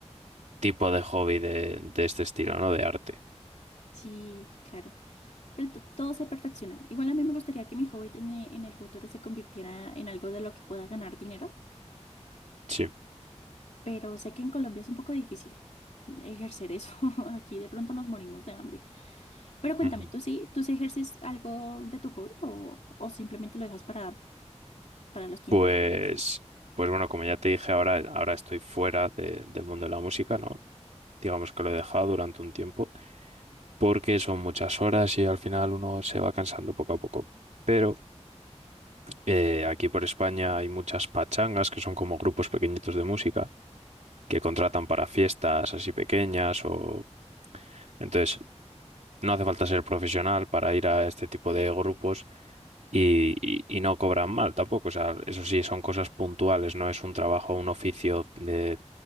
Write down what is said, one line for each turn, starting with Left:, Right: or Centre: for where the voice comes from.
Right: tipo de hobby de, de este estilo, ¿no? De arte.
Left: Sí, claro. Pero to- todo se perfecciona. Igual a mí me gustaría que mi hobby en, e- en el futuro se convirtiera en algo de lo que pueda ganar dinero,
Right: Sí.
Left: pero sé que en Colombia es un poco difícil ejercer eso. <laughs> Aquí de pronto nos morimos de hambre. Pero cuéntame,
Right: Ujú.
Left: ¿tú sí, tú sí ejerces algo de tu hobby o, o simplemente lo dejas para, para los tiempos
Right: Pues,
Left: libres y eso?
Right: pues bueno, como ya te dije, ahora, ahora estoy fuera de- del mundo de la música, ¿no? digamos que lo he dejado durante un tiempo, porque son muchas horas y al final uno se va cansando poco a poco. Pero eh, aquí por España hay muchas pachangas, que son como grupos pequeñitos de música, que contratan para fiestas así pequeñas o... Entonces, no hace falta ser profesional para ir a este tipo de grupos y, y- y no cobran mal tampoco. O sea, eso sí, son cosas puntuales, no es un trabajo, un oficio de,